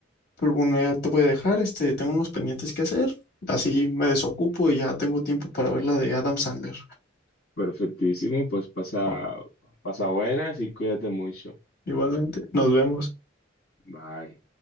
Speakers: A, on the left; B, on the left.
A: Pues bueno, ya te voy a dejar, este, tengo unos pendientes que hacer, así me desocupo y ya tengo tiempo para ver la de Adam Sandler.
B: Perfectísimo, pues pasa,
A: Va,
B: pasa buenas y cuídate mucho.
A: igualmente, nos vemos.
B: Bye.